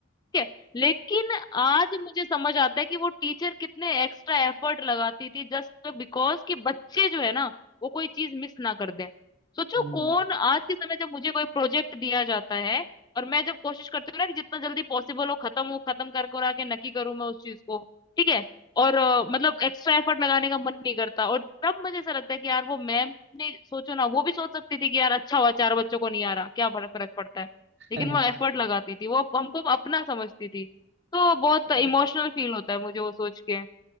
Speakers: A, on the left; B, on the right.
A: ठीक है लेकिन आज मुझे समझ आता है कि वो टीचर कितने एक्स्ट्रा एफर्ट लगाती थी जस्ट बिकॉज कि बच्चे जो है ना वो कोई चीज मिस ना कर दें सोचो
B: <laughs> हम्म
A: कौन आज के समय जब मुझे कोई प्रोजेक्ट दिया जाता है और मैं जब कोशिश करती हूँ ना कि जितना जल्दी पॉसिबल हो खत्म हो खत्म कर कर आके नकी करूँ मैं उस चीज को ठीक है और अ, मतलब एक्स्ट्रा एफर्ट लगाने का मन नहीं करता और तब मुझे ऐसा लगता है कि यार वो मैम ने सोचो ना वो भी सोच सकती थी कि यार अच्छा हुआ चार बच्चों को नहीं आ रहा क्या फर्क फर्क पड़ता है लेकिन
B: हम्म
A: वो एफर्ट लगाती थी वो हमको अपना समझती थी तो बहुत
B: <laughs>
A: इमोशनल फील होता है मुझे वो सोच के